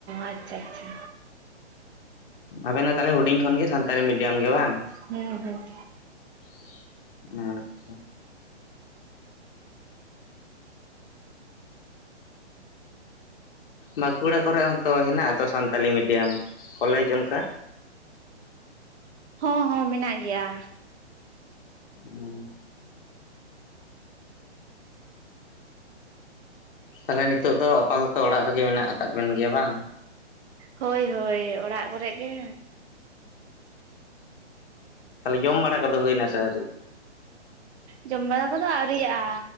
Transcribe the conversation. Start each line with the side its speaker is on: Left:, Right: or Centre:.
Right: ᱟᱪᱪᱷᱟ ᱟᱪᱪᱷᱟ
Left: ᱟᱵᱮᱱ ᱫᱚ ᱛᱟᱦᱚᱞᱮ ᱦᱩᱰᱤᱧ ᱠᱷᱚᱱᱜᱮ ᱥᱟᱱᱛᱟᱲᱤ ᱢᱤᱰᱤᱭᱟᱢ ᱜᱮ ᱵᱟᱝ?
Right: ᱦᱩᱸ ᱦᱩᱸ
Left: <unintelligible> ᱵᱟᱸᱠᱩᱲᱟ ᱠᱚᱨᱮ ᱦᱚᱸᱛᱚ ᱦᱮᱱᱟᱜ-ᱟᱛᱚ ᱥᱟᱱᱛᱟᱞᱤ ᱢᱤᱰᱤᱭᱟᱢ ᱠᱚᱞᱮᱡᱽ ᱚᱱᱠᱟ
Right: ᱦᱚᱸ ᱦᱚᱸ ᱢᱮᱱᱟᱜ ᱜᱮᱭᱟ᱾
Left: ᱦᱩᱸ ᱛᱟᱦᱚᱞᱮ ᱱᱤᱛᱚᱜ ᱫᱚ ᱟᱯᱟᱫᱟᱛᱚ ᱚᱲᱟᱜ ᱨᱮᱜᱮ ᱢᱮᱱᱟᱜ ᱟᱠᱟᱫ ᱵᱮᱱ ᱜᱮᱭᱟ ᱵᱟᱝ
Right: ᱦᱳᱭ ᱦᱳᱭ ᱚᱲᱟᱜ ᱠᱚᱨᱮ ᱜᱮ
Left: ᱛᱟᱦᱚᱞᱮ ᱡᱚᱢ ᱵᱟᱲᱟ ᱠᱚᱫᱚ ᱦᱩᱭᱱᱟ ᱥᱮ ᱟᱣᱹᱨᱤ?
Right: ᱡᱚᱢ ᱵᱟᱲᱟ ᱠᱚᱫᱚ ᱟᱹᱣᱤᱭ-ᱟ